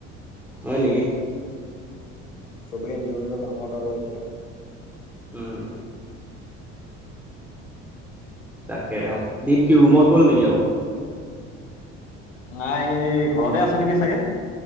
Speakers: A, in the centre; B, on the left.
A: হয় নেকি?
B: চবেই নিজৰ নিজৰ কামত আৰু এতিয়া।
A: উম। তাকে আও। কি ৰুমত গ'ল নেকি আকৌ?
B: নাই এই ঘৰতে আছে নেকি চাগে